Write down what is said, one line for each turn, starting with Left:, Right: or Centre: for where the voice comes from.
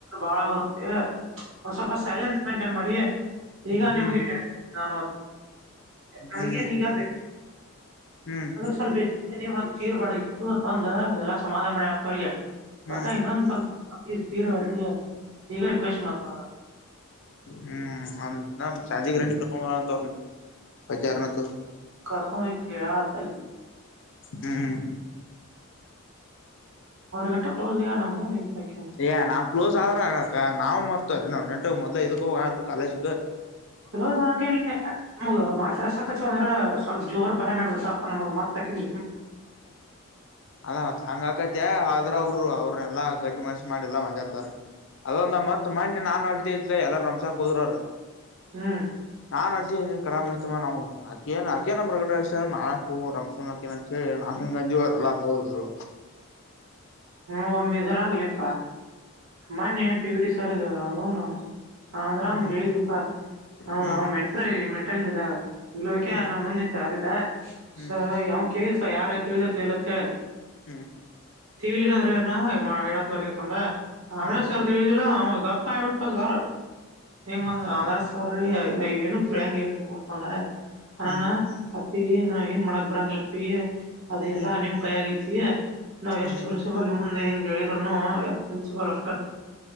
Right: ಬಾಳ ಬರುತ್ತೆ ಒಂದ್ ಸ್ವಲ್ಪ ಸೈಲೆನ್ಸ್ ಮೈಂಟೈನ್ ಮಾಡಿ ಈಗ
Left: ಹ್ಮ್
Right: ನಿಮ್ಗೆ ನಾನು
Left: ಹ್ಮ್
Right: ನನ್ಗೇನ್ಗ
Left: ಹ್ಮ್
Right: ಅಂದ್ರ ಸ್ವಲ್ ನೀವ್ ಹಾಗ ಚೀರ್ ಬಾ ಇತ್ತು ತಂದ ಎಲ್ಲಾ ಸಮಾಧಾನ ಮಾಡಿ ಆತವ್ರಿಗೆ
Left: ಹ್ಮ್
Right: ಮತ್ತಾ ಇನ್ನೊಂದು ತೀರ್ ಬಿಡ್ರಿ ಈಗ ರಿಕ್ವೆಸ್ಟ್ ಮಾಡತ
Left: ಹ್ಮ್ ನ ಸಾಜಿಗ್ರಹಣಿ ಕರ್ಕೊಂಡ್ಳ ಅಂತ ಅವ್ರ ಬಚಾರನತ್ತು
Right: ಕರ್ಕೊಂಡ ಕೇಳಳ ಜಾ
Left: ಹ್ಮ್
Right: ಅವ್ರ ಗಟ್ಟ ಕಸ್ಗ ನಮಗೆ ನೆಲ್ಪಾಯತತಿ
Left: ಏ ನಾ ಕ್ಲೋಸ್ ಆದ್ರ ನಾವು ಮ ನೆಟ್ಕ್ ಮೊದ್ಲು ಇದಕ್ಕ ಹೋಗ ಕಾಲೇಜ್
Right: ಕುಲ ಸಾಕನ್ಮ ಮಾತ್ರ ಸಾಕಚ್ಚು ಅಂದ್ರ ಸ್ವಲ್ಪ ಜೋರ್ ಭಯಡ್ತಾ ನಮಗೆ ಮತ್ತಕ್ಕಂ
Left: ಅದ ಮತ್ ಹಂಗ ಆಕತ ಆದ್ರ ಅವರುರು ಅವ ಎಲ್ಲಾ ಗಟ್ಟಿ ಮನ್ಸ್ಸ ಮಾಡಿ ಎಲ್ಲ ಮಗಾರ್ತಾರೆ ಅದೊಂದ ಮತ್ ಮನ್ ನಾನ್ ಅಲ್ತಿದ್ಲ ಎಲ್ಲಾರ ರಮ್ಸಾಕ್ ಹೋದ್ರರು.
Right: ಹ್ಮ್
Left: ನಾನ್ ಅಲ್ತನೆ ಅಕರ್ತಮ್ಮ ನಾವು ಆಕೇ ಆಕೆ ನಮ್ ಪ್ರಗಡಡೆತ ನಾಕ ರಮಕ ಸರಿ ನಾ ಹಂಗಂದ ಅವರು ಎಲ್ಲಾರು ಹೋದ್ರು
Right: ಹ್ಮ ಒಮ್ಮೆ ಇದರ ಆಗ್ಲಿಪ್ಪಾ ಮೊನ್ನೆ ಪಿಡಿ ಸರ್ ಅವನು ಅಂದ್ರ
Left: ಹ್ಮ್
Right: ಒಂದ ಹೇಳಿದಪ್ಪಾ
Left: ಹ್ಮ್
Right: ಅವ ಮೆಂಟ್ರ ಮೆಂಟ್ರಂಗ ಇದಾಗ ಇಕ್ಯಾ
Left: ಹ್ಮ್
Right: ನಾನನ್ ಮುಂದಂತೆ ಆದಿದ್ದ
Left: ಹ್ಮ್
Right: ಸ ಯಾವ ಕೇಳಪಾ ಯಾರ ತಿಳಿದತ್ ಇಲ್ಲತ್ತ
Left: ಹ್ಮ್
Right: ವವಿ ಎಲ್ಲ ಅರವಾರ ಎಳತ್ತನವರೆಗೆ ತಂದೆ ಆಧ್ರ
Left: ಹ್ಮ್
Right: ಸರ್ ತಿಳುದಿಲ್ಲ ಅವ ಗಪ್ಪ ಆಯ್ಬಿಟ್ಟು ಪರ ಹಿಂಗಂಗ
Left: ಹ್ಮ್
Right: ಆಧ್ರ ಸರ್ ಏನು ತಿಳ್ಯಂಗಗೆ ಹೇಳ ಮತ್ತಂದ ಅನಾನ
Left: ಹ್ಮ್
Right: ಅಪ್ಪಿ ನಾವ್ ಏನ್ ಮಾಡಕ್ ಬರಂಗಿಲ್ಲಪ್ಪಿ ಅದೆ
Left: ಹ್ಮ್
Right: ಎಲ್ಲಾ
Left: ಹ್ಮ್
Right: ನಿಮ್ ಕೈ ಆಗೈತಿಿಯ ನಾವ್ ಎಷ್ಟ್
Left: ಹ್ಮ್
Right: ಪ್ರಿನ್ಸಿಪಲ್ ಮುಂದೆ ಹಿಂಗ ಹೇಳ ಯ್ಯಾಪಷ್ಟ